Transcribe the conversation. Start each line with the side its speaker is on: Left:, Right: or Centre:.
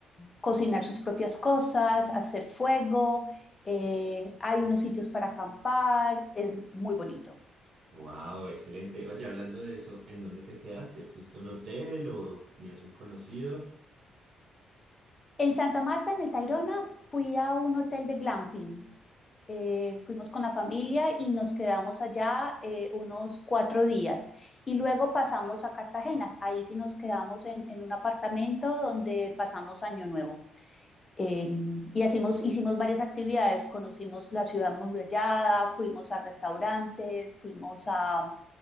Left: cocinar sus propias cosas, hacer fuego, eh, hay unos sitios para acampar, es muy bonito.
Right: Wow, excelente. Oye, hablando de eso, ¿en dónde te quedaste? ¿Fuiste a un hotel o tenías un conocido?
Left: En Santa Marta, en el Tayrona, fui a un hotel de glampings. Eh, fuimos con la familia y nos quedamos allá eh, unos cuatro días. Y luego pasamos a Cartagena. Ahí sí nos quedamos en, en un apartamento donde pasamos Año Nuevo. Eh, y hacimos, hicimos varias actividades. Conocimos la ciudad murallada, fuimos a restaurantes, fuimos a